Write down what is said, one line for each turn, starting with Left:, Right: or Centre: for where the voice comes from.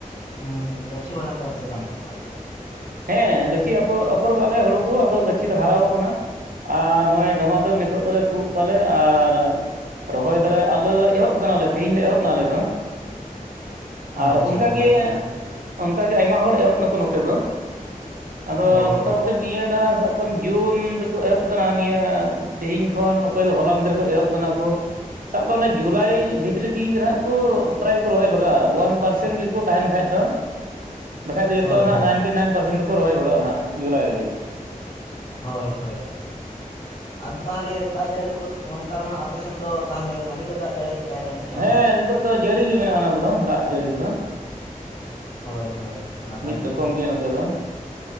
Left: ᱦᱩᱸ ᱜᱟᱹᱪᱷᱤ ᱵᱟᱲᱟ ᱠᱟᱜ ᱟᱯᱮ ᱥᱮ ᱵᱟᱝ ᱜᱮ ᱛᱟᱞᱦᱮ?
Right: ᱦᱮᱸ ᱜᱟᱹᱪᱷᱤ ᱟᱯᱷᱚᱨ ᱟᱯᱷᱚᱨ ᱠᱟᱫ ᱟᱞᱮ ᱦᱩᱲᱩ ᱠᱚ ᱟᱫᱚ ᱜᱟᱹᱪᱷᱤ ᱫᱚ ᱦᱟᱨᱟᱣ ᱟᱠᱟᱱᱟ ᱟᱨ ᱱᱚᱜᱼᱚᱭ ᱫᱷᱟᱢᱟᱫᱩᱢ ᱱᱤᱛᱳᱜ ᱫᱚᱞᱮ ᱛᱩᱫ ᱫᱟᱞᱮ ᱟᱨ ᱨᱚᱦᱚᱭ ᱫᱟᱞᱮ ᱟᱞᱮ ᱞᱮ ᱮᱦᱚᱵ ᱟᱠᱟᱱᱟᱞᱮ ᱛᱮᱦᱤᱧ ᱞᱮ ᱮᱦᱚᱵ ᱱᱟ ᱟᱞᱮ ᱫᱚ
Left: ᱟᱪᱪᱷᱟ
Right: ᱟᱨ ᱚᱱᱠᱟᱜᱮ
Left: ᱱᱟᱯᱟᱭ ᱠᱟᱛᱷᱟ
Right: ᱚᱱᱠᱟᱜᱮ ᱟᱭᱢᱟ ᱦᱚᱲ ᱮᱦᱚᱵ ᱱᱟᱠᱚ ᱱᱚᱛᱮ ᱫᱚ ᱟᱫᱚ
Left: ᱚ
Right: ᱢᱚᱴᱟᱢᱩᱴᱤ
Left: ᱚ
Right: ᱱᱤᱭᱟᱹ ᱱᱟ ᱥᱟᱵ ᱠᱟᱜ ᱢᱮ ᱡᱩᱱ ᱨᱮᱠᱚ ᱮᱦᱚᱵ ᱟᱠᱟᱱᱟ ᱱᱤᱭᱟᱹ ᱛᱮᱦᱤᱧ ᱠᱷᱚᱱ ᱚᱠᱚᱭ ᱫᱚ ᱦᱚᱞᱟ ᱢᱟᱦᱫᱮᱨ ᱠᱷᱚᱱ ᱮᱦᱚᱵ ᱟᱠᱟᱱᱟ ᱠᱚ ᱥᱟᱵ ᱠᱟᱜ ᱢᱮ ᱡᱩᱞᱟᱭ ᱵᱷᱤᱛᱨᱤ ᱛᱮᱜᱮ ᱦᱟᱸᱜ ᱠᱚ ᱯᱨᱟᱭ ᱠᱚ ᱨᱚᱦᱚᱭ ᱵᱷᱟᱜᱟᱜᱼᱟ ᱳᱣᱟᱱ ᱯᱟᱨᱥᱮᱱ ᱜᱮᱠᱚ ᱛᱟᱦᱮᱱ ᱠᱷᱟᱡ ᱫᱚ ᱵᱟᱠᱷᱟᱡ ᱫᱚ ᱡᱚᱛᱚ
Left: ᱦᱳᱭ
Right: ᱟᱸᱜ
Left: ᱦᱳᱭ
Right: ᱱᱟᱭᱤᱱᱴᱤ ᱱᱟᱭᱤᱱ ᱯᱟᱨᱥᱮᱱ ᱫᱚᱠᱚ ᱨᱚᱦᱚᱭ ᱵᱷᱟᱜᱟᱜᱼᱟ ᱦᱟᱸᱜ ᱡᱩᱞᱟᱭ ᱨᱮᱜᱮ ᱱᱟᱼᱦᱟᱸᱜ
Left: ᱦᱳᱭ ᱦᱳᱭ ᱟᱫᱚ ᱛᱟᱞᱦᱮ ᱫᱟᱜ ᱡᱟᱹᱲᱤ ᱠᱚᱫᱚ ᱚᱱᱠᱟ ᱫᱚ ᱦᱟᱸᱜ ᱟᱯᱮᱥᱱ ᱫᱚ ᱛᱟᱞᱦᱮ ᱵᱷᱟᱹᱞᱤ ᱜᱮ ᱫᱟᱜ ᱡᱟᱹᱲᱤ ᱠᱟᱜᱼᱟᱭ ᱡᱟᱹᱱᱤᱡ? ᱪᱚᱝ?
Right: ᱦᱮᱸ ᱱᱤᱛᱚᱜ ᱫᱚ ᱡᱟᱹᱲᱤ ᱜᱮ ᱢᱮᱱᱟᱜᱼᱟ ᱚᱱᱟ ᱠᱚᱫᱚ ᱫᱟᱜ ᱡᱟᱹᱲᱤ ᱠᱚᱫᱚ
Left: ᱦᱳᱭ ᱦᱳᱭ ᱱᱟᱯᱟᱭ
Right: ᱢᱤᱫ
Left: ᱠᱟᱛᱷᱟ
Right: ᱨᱚᱠᱚᱢ ᱜᱮ ᱱᱚᱛᱮ ᱫᱚ।